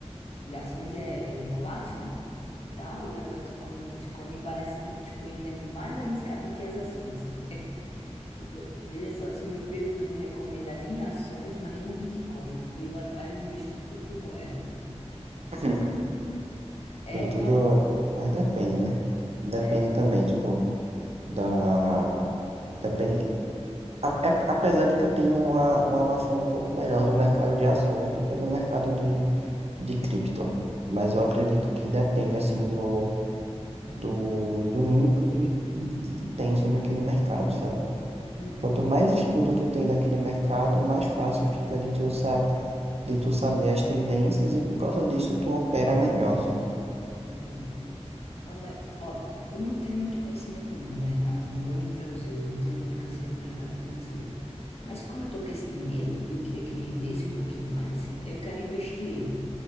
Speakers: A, on the left; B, on the right.
A: E ações é, é volátil, né? e Tal, e agora tu falando de Bitcoin, me parece que o Bitcoin ainda é mais arriscado do que as ações. Então, veja só, se o meu perfil não recomenda nem ações, imagine Bitcoin. E eu atrás de investir em criptomoeda.
B: <laughs>
A: É,
B: Tem tudo,
A: é,
B: mas depende, né? Depende
A: é.
B: também, tipo, da. Depende. A- é- Apesar de que eu tenho uma, uma noção um pouco melhor do mercado de ações do que do mercado de, de cripto, mas
A: Cripto.
B: eu acredito que depende assim do, do, do nível de estudo que tu tem sobre aquele mercado, sabe?
A: Uhum,
B: Quanto mais estudo tu tem daquele mercado, mais fácil fica de tu, sa de tu saber as tendências e por causa disso tu opera melhor, sabe?
A: entendi. Não, mas, ó, eu não tenho muito conhecimento não do mercado. Não vou mentir pra você, eu não tenho muito conhecimento do mercado financeiro. Mas como eu tô com esse dinheiro e eu queria que ele rendesse um pouquinho mais, eu quero investir ele.